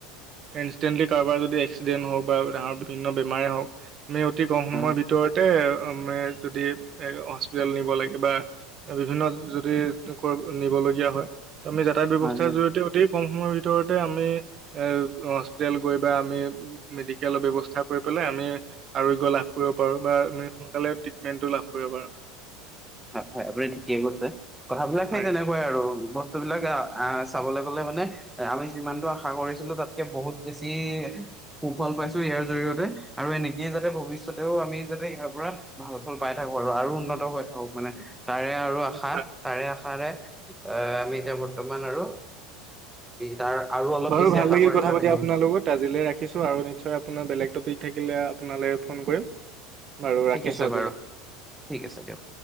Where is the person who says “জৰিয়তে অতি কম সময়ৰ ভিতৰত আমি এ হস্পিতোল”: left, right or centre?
Right